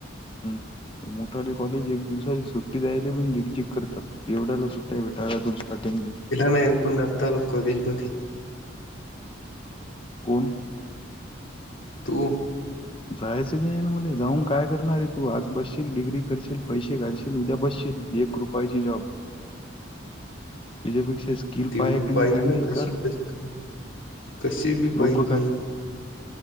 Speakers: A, on the left (about 25°); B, on the left (about 85°).
A: हम मोठाले कॉलेज एक दिवसाची सुट्टी द्यायले पण झक झक करतात एवढाला सुट्ट भटायला <unintelligible> तु स्टार्टिंगली
B: नाहीन पुन्हा तल कधशमध्येणी <unintelligible>
A: कोण
B: तू
A: जायचं बी आहे ना मला जाऊन काय करणार आहे तू आज बसशील डिग्री करशील पैसे घाशील उद्या बसशील एक कृपायची जॉब एच्या पेक्षा स्किल
B: ते
A: पायाखली
B: मी पाहिल
A: चांगली
B: ना कशी
A: कर
B: कशी कशी बी पाहिल
A: लोक
B: मी
A: काय